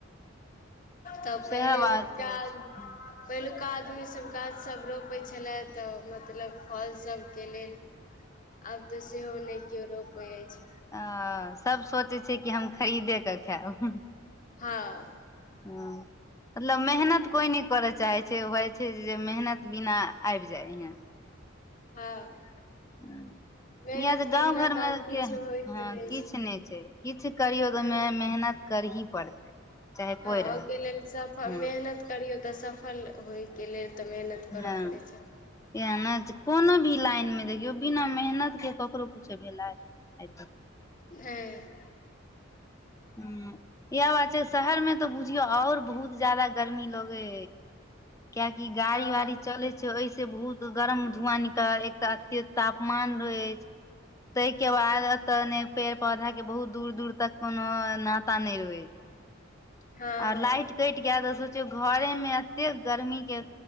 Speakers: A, on the left; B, on the left.
A: तब पहिले
B: सएह बात
A: काज
B: अछि
A: पहिलुका आदमी सभ गाछ सभ रोपैत छलय तऽ मतलब फल सभके लेल आब तऽ सेहो नहि केओ रोपैत ऐछ
B: अ सब सोचै छै कि हम खरीदे क खायब
A: हँ
B: हँ मतलब मेहनत कोइ नै करय चाहै छै होइ छै जे मेहनत बिना आबि जाइ हे <inaudible>
A: हँ
B: हू
A: मेहनत
B: येह जे
A: के
B: गाँंव
A: बिना
B: घर
A: तऽ
B: मे
A: आब किछु
B: के
A: होइत
B: हँ
A: नहि
B: किछ नै छै किछ करियौ तऽ
A: हँ
B: मे मेह मेहनत करही पड़तै चाहे
A: हँ
B: कोइ
A: ओहिके
B: रहै
A: लेल सफल
B: हँ
A: मेहनत करियौ तऽ सफल होयके लेल तऽ मेहनत करऽ
B: हँ
A: पड़ै छै
B: इहे ने जे कोनो भी लाइन मे देखियौ बिना मेहनत के ककरो किछो भेलै आय तक
A: एय
B: ह इएह बात छै शहर मे तऽ बुझियौ आओर बहुत जादा गरमी लगै कियाकि गाड़ी
A: हँ
B: वाड़ी चलै ओहिसे बहुत गरम धुआं निकल एकटा अत्ते तापमान रहै अछि ताहिके बाद
A: हँ
B: एतऽ ने पेड़ -पौधा के बहुत दूर -दूर तक कोनो नाता नय रहै
A: हँ
B: आर लाइट कटि जाय त सोचियौ घरे में एते गरमी के